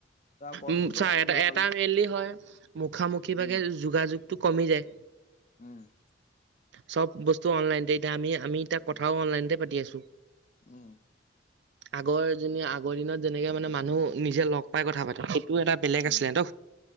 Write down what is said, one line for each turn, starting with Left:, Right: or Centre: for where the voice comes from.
Left: কচোন
Right: উ
Left: তই
Right: চাহ
Left: কি
Right: এ
Left: বেয়া পালি
Right: এটা মেইলি হয় মুখামুখিভাগে
Left: উম
Right: যোগাযোগতটো কমি যায়
Left: উম <inaudible>
Right: চব বস্তু অনলাইনতে এতিয়া আমি আমি তাক কথাও অনলাইনতে পাতি আছো
Left: উম
Right: আগৰ যে আগৰ দিনত যেনেকে মানে মানুহ নিজে লগ পাই কথা পাতে এটা বেলেগ
Left: উম
Right: আছিলে ত।